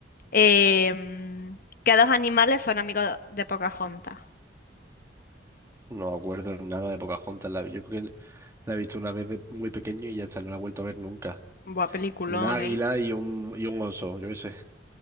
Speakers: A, on the left; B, on the right.
A: Em, ¿qué dos animales son amigos de Pocahontas?
B: no me acuerdo nada de Pocahontas. La, yo creo que la he visto una vez de muy pequeño y ya está, no la he vuelto a ver nunca.
A: Buah, peliculón,
B: Un águila
A: ¿eh?
B: y un, y un oso, yo qué sé.